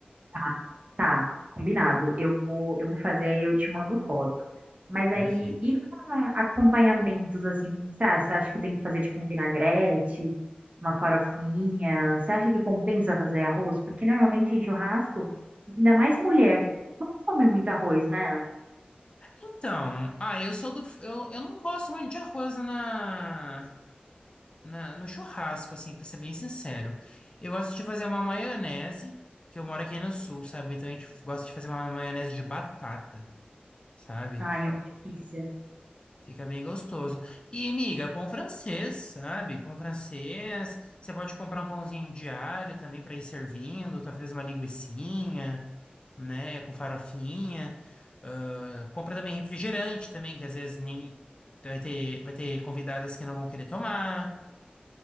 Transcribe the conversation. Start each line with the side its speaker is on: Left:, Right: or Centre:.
Right: tá, tá, combinado. Eu vou, eu vou fazer, aí eu te mando foto. Mas aí,
Left: Perfeito.
Right: e pra acompanhamentos, assim, o que você acha? Você acha que tem que fazer, tipo, um vinagrete, uma farofinha? Você acha que compensa fazer arroz? Porque normalmente em churrasco, ainda mais mulher, não come muito arroz, né?
Left: Então, ah, eu sou do. Eu, eu não gosto muito de arroz na, na, no churrasco, assim, pra ser bem sincero. Eu gosto de fazer uma maionese, que eu moro aqui no sul, sabe? Então a gente gosta de fazer uma maionese de batata, sabe?
Right: Ai, é uma delícia.
Left: Fica bem gostoso. E, amiga, pão francês, sabe? Pão francês. Você pode comprar um pãozinho de alho também para ir servindo, talvez uma linguiçinha. né? Com farofinha. Ah, compra também refrigerante também, que às vezes nem vai ter, vai ter convidadas que não vão querer tomar.